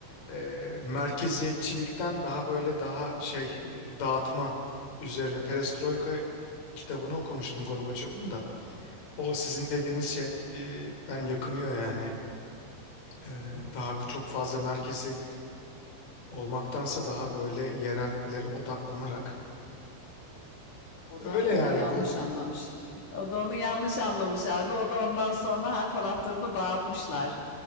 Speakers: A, on the left; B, on the left.
A: e, merkeziyetçilikten daha böyle daha şey e, dağıtma üzerine. Perestroika kitabını okumuştum
B: Hı hı,
A: Gorbaçov'un da. O sizin dediğiniz şeyden yakınıyor yani. Ee,
B: hı hı, hı hı.
A: Daha bir- çok fazla merkezi olmaktansa daha böyle yerellere odaklanarak.
B: Evet, evet. O da
A: Öyle
B: onu
A: yani
B: yanlış
A: bu.
B: anlamış. <laughs> O da onu yanlış anlamış abi. O da ondan sonra her taraflarını dağıtmışlar.